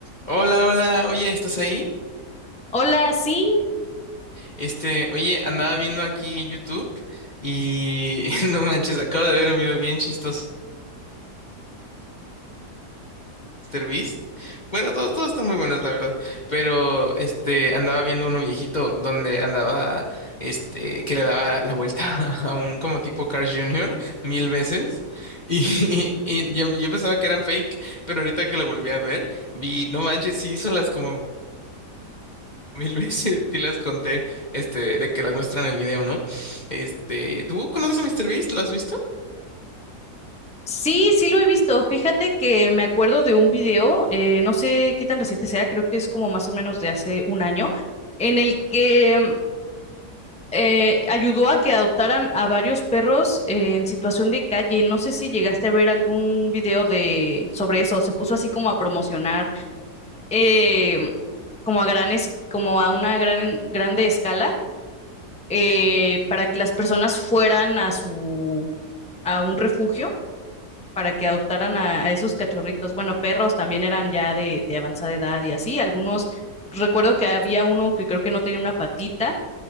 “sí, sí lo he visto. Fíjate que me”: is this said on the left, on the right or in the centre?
Centre